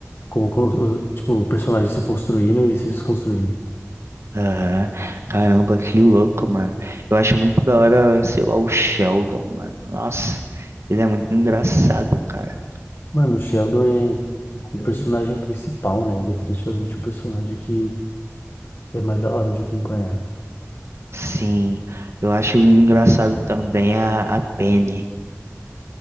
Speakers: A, on the left; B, on the right.
A: como, como tipo, o personagem se construindo e se desconstruindo.
B: Aham. Caramba, que louco, mano. Eu acho muito da hora, sei lá, o Sheldon, mano. Nossa, ele é muito engraçado, cara.
A: Mano, o Sheldon é o personagem principal, né? Definitivamente o personagem que é mais da hora de acompanhar.
B: Sim, eu acho engraçado também a, a Penny.